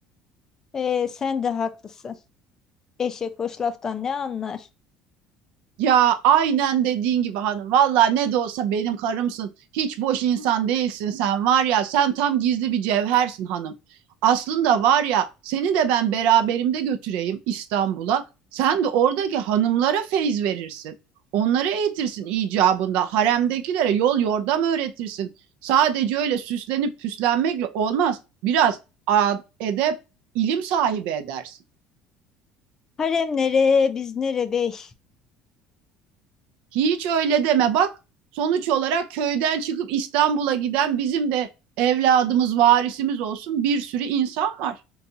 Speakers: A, on the left; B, on the right.
A: Ee, sen de haklısın. Eşek hoş laftan ne anlar?
B: Ya aynen dediğin gibi hanım. Valla ne de olsa benim karımsın. Hiç boş insan değilsin sen var ya. Sen tam gizli bir cevhersin hanım. Aslında var ya seni de ben beraberimde götüreyim İstanbul'a. Sen de oradaki hanımlara feyz verirsin. Onları eğitirsin icabında. Haremdekilere yol yordam öğretirsin. Sadece öyle süslenip püslenmekle olmaz. Biraz ad- edep, ilim sahibi edersin.
A: Harem nere, biz nere bey?
B: Hiç öyle deme bak sonuç olarak köyden çıkıp İstanbul'a giden bizim de evladımız varisimiz olsun bir sürü insan var.